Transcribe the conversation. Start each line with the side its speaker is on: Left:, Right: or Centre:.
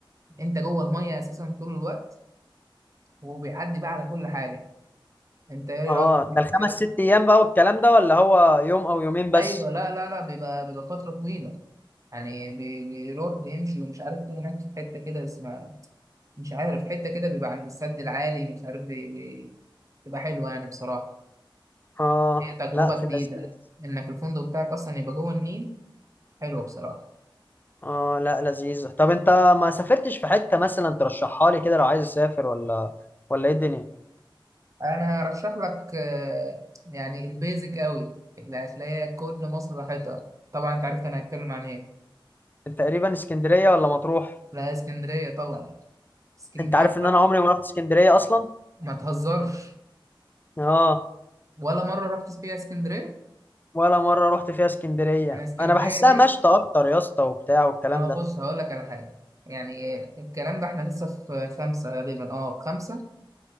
Right: أنت جوه المية أساسا طول الوقت وبيعدي بقى على كل حاجة أنت إيه
Left: اه
Right: رأيك؟
Left: ده الخمس
Right: إيه رأيك؟
Left: ست ايام بقى والكلام ده ولا هو يوم او يومين بس
Right: أيوه لا لا لا بيبقى بيبقى فترة طويلة يعني بي- بيروح بيمشي ومش عارف فين هناك في حتة كده اسمها مش عارف حتة كده بيبقى عند السد العالي مش عارف بي... بي... بتبقى حلوة يعني بصراحة
Left: اه
Right: هي تجربة
Left: لا في
Right: جديدة
Left: اللذيذ
Right: إنك الفندق بتاعك أصلا يبقى جوه النيل حلوة بصراحة.
Left: اه لا لذيذة طب انت ما سافرتش في حتة مثلا ترشحها لي كده لو عايز اسافر ولا ولا ايه الدنيا
Right: انا هرشح لك آه، يعني البيزك قوي اللي هتلاقيها كل مصر راحتها طبعا انت عرفت انا هتكلم عن ايه
Left: انت تقريبا اسكندرية ولا مطروح
Right: لا اسكندريه طبعا اسكندريه
Left: انت عارف
Right: بقى
Left: ان انا عمري ما رحت اسكندرية اصلا
Right: ما تهزرش
Left: اه
Right: ولا مره رحت فيها اسكندريه
Left: ولا مرة رحت فيها اسكندرية
Right: انا اسكندريه
Left: انا بحسها
Right: دي
Left: مشتى اكتر يا اسطى وبتاع والكلام
Right: ما هو
Left: ده
Right: بص هقول لك على حاجه يعني آه، الكلام ده احنا لسه في خمسه غالبا اه في خمسه